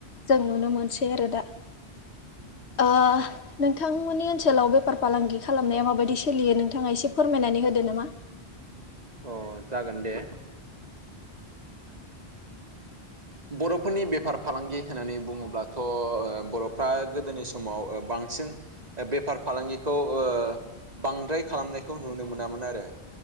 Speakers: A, on the left; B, on the right.
A: जों नुनो मोनसै आरो दा आ नोंथांमोननि ओनसोलाव बेफार फालांगि खालामनाया माबायदि सोलियो नोंथाङा एसे फोरमायनानै होदो नामा?
B: अ जागोन दे बर'फोरनि बेफार फालांगि होननानै बुङोब्लाथ' बर'फ्रा गोदोनि समाव बांसिन बेफार फालांगिखौ बांद्राय खालामनाय खौ नुनो मोनामोन आरो